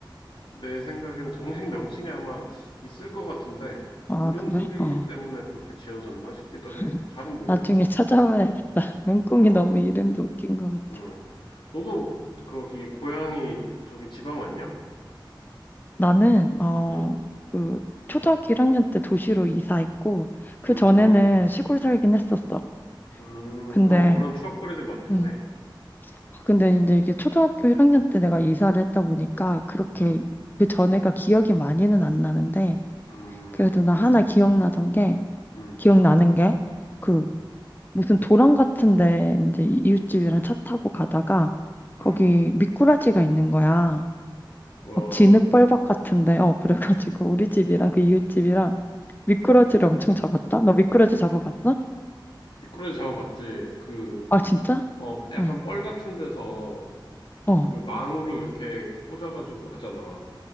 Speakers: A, on the left (about 75°); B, on the left (about 25°).
A: 내 생각에는 정식 명칭이 아마 있을 것 같은데
B: 아,
A: 울음소리
B: 그래? 어.
A: 때문에 그렇게 지어졌나 싶기도
B: <laughs>
A: 해. 잘은 모르겠어.
B: 나중에 찾아봐야겠다. <laughs> 맹꽁이
A: 어,
B: 너무 이름도 웃긴 것 같아.
A: 음. 너도 거기 고향이 저기 지방 왔냐?
B: 나는, 어,
A: 음,
B: 그, 초등학교 1학년 때 도시로 이사했고, 그
A: 음,
B: 전에는 시골 살긴 했었어.
A: 음.
B: 근데,
A: 그럼 그런 추억거리들 많겠네.
B: 응. 아, 근데 이제 이게 초등학교 1학년 때 내가 이사를 했다 보니까 그렇게
A: 음,
B: 그 전에가 기억이 많이는 안 나는데
A: 음,
B: 그래도 나 하나 기억나던 게
A: 음,
B: 기억나는 게 그
A: 음,
B: 무슨 도랑 같은데 이제 이- 이웃집이랑 차 타고 가다가 거기
A: 음.
B: 미꾸라지가 있는 거야.
A: 어,
B: 막 진흙벌박 같은데 어 그래가지고 <laughs> 우리 집이랑
A: 음.
B: 그 이웃집이랑 미꾸라지를 엄청 잡았다. 너 미꾸라지 잡아봤어?
A: 미꾸라지 잡아봤지. 그,
B: 아 진짜?
A: 어, 약간
B: 어
A: 뻘 같은 데서
B: 어,
A: 그 망으로 이렇게 꽂아가지고 하잖아.